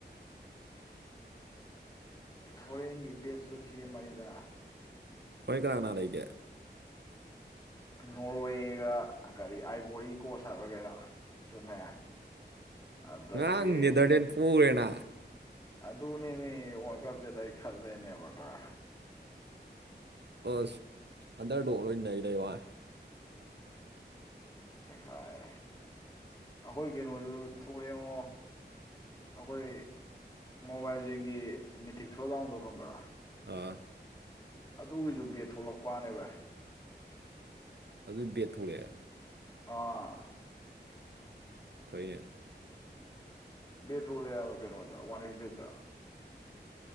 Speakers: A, on the left; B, on the right.
A: ꯍꯣꯔꯦꯟꯒꯤ ꯕꯦꯁꯂꯤꯞ ꯐ ꯑꯃꯅꯤꯅꯤꯗ
B: ꯍꯣꯏ ꯀꯅꯥ ꯀꯅꯥ ꯂꯩꯒꯦ꯫
A: ꯅꯣꯔꯋꯦꯒ ꯀꯔꯤ ꯑꯥꯏꯕꯣꯔꯤ ꯀꯣꯁ ꯍꯥꯏꯔ ꯀꯩꯅꯣ ꯑꯗꯨꯅꯦ ꯑꯗꯒꯤ
B: ꯉꯔꯥꯡ ꯅꯦꯗꯔꯂꯦꯟ ꯄꯣꯔꯦꯅꯥ
A: ꯑꯗꯨꯅꯦꯃꯤ ꯋꯔꯜ ꯀꯨꯞ ꯁꯦ ꯂꯩꯈꯠꯂꯦꯅꯦ ꯕꯔꯣꯊꯦꯔ꯫
B: ꯑꯁ ꯑꯟꯗꯔꯗꯣꯛ ꯂꯣꯏ ꯅꯩꯔꯦ ꯋꯥꯏ
A: ꯆꯦꯈꯥꯏ ꯑꯩꯈꯣꯏ ꯀꯩꯅꯣꯗꯨ ꯊꯣꯛꯑꯦꯉꯣ꯫ ꯑꯩꯈꯣꯏ ꯃꯣꯕꯥꯏꯜꯖꯦꯜꯒꯤ ꯃꯤꯊꯤꯛ ꯁꯣ ꯗꯥꯎꯟꯗꯣ ꯈꯪꯕ꯭ꯔꯥ?
B: ꯑꯥ
A: ꯑꯗꯨꯒꯤꯁꯨ ꯕꯦꯠ ꯊꯣꯛꯂꯛꯄꯅꯦꯕ
B: ꯑꯗꯨꯏ ꯕꯦꯠ ꯊꯣꯛꯂꯛꯑꯦ
A: ꯑꯥ
B: ꯐꯩꯌꯦ꯫
A: ꯕꯥꯠ ꯊꯣꯛꯂꯛꯑꯥ ꯍꯥꯏꯕꯔ ꯋꯥꯟ ꯑꯦ ꯕꯥꯇ ꯇꯥ